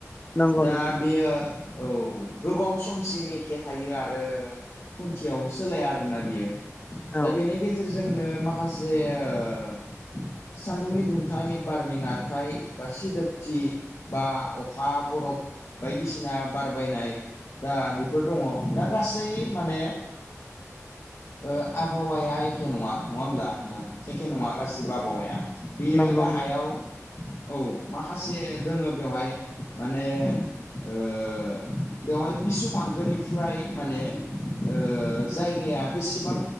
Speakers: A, on the left; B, on the left.
A: नंगौ
B: दा
A: नोंथां
B: बेयो औ गोबाव समसिम एखे थायो आरो खुन्थियाव सोलाया आरोना बियो
A: औ
B: दा बेनि गेजेरजोंनो माखासे ओ सान्दुंनि दुंथाय बारनि नारथाय बा सिदोबथि बा अखा बरफ बायदिसिना बारबायनाय दा बेफोर दङ दा गासै माने ओ आबहावाया एखे नङा नङा होमब्ला नोंथां एखे नङा गासिबो आबहावाया बियो
A: नंगौ
B: गाहायाव
A: नंगौ
B: औ माखासे दोङो बेवहाय माने ओह बेवहाय बिसु फांखोनिफ्राय माने ओ जायगाया बेसेबां